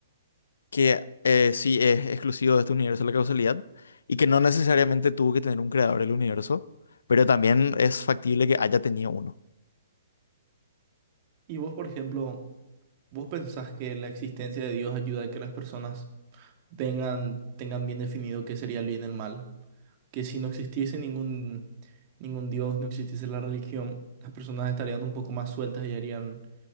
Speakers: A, on the left; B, on the right.
A: que eh, sí es exclusivo de este universo la causalidad y que no necesariamente tuvo que tener un creador del universo, pero también es factible que haya tenido uno.
B: Y vos, por ejemplo, ¿Vos pensás que la existencia de Dios ayuda a que las personas tengan, tengan bien definido qué sería el bien y el mal? Que si no existiese ningún, ningún Dios, no existiese la religión, las personas estarían un poco más sueltas y harían